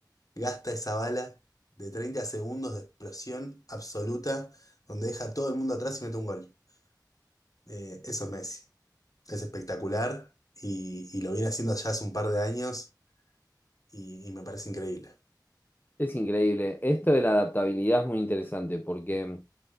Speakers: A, on the left (about 50°); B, on the left (about 25°).
A: gasta esa bala de 30 segundos de explosión absoluta, donde deja a todo el mundo atrás y mete un gol. Eh, eso es Messi, es espectacular y, y lo viene haciendo ya hace un par de años y, y me parece increíble.
B: Es increíble, esto de la adaptabilidad es muy interesante porque